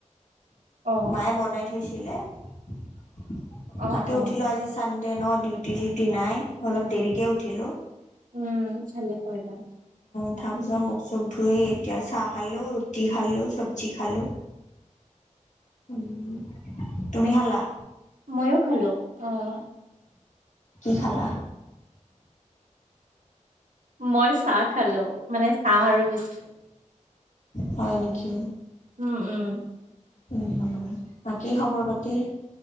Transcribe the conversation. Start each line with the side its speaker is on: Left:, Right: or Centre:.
Right: অ',
Left: মায়ে, বনাই থ থৈছিলে। তাকে,
Right: অ', অ'।
Left: উঠিলোঁ আজি, চানদে ট্ৰেনৰ ডিউটি, চিউটি নাই। অলপ দেৰিকে উঠিলোঁ।
Right: উম! ভালে কৰিলা।
Left: <unintelligible> মুখ চোখ ধুই, এতিয়া চাহ খালোঁ, ৰুটি খালোঁ, চবজি খালোঁ। উম! তুমি খালা?
Right: মইয়ো খালোঁ। অ'!
Left: কি খালা?
Right: মই চাহ খালোঁ। মানে, চাহ আৰু বিস্কুট।
Left: হয় নেকি?
Right: উম! উম!
Left: উম! উম! বাকী খবৰ পাতি?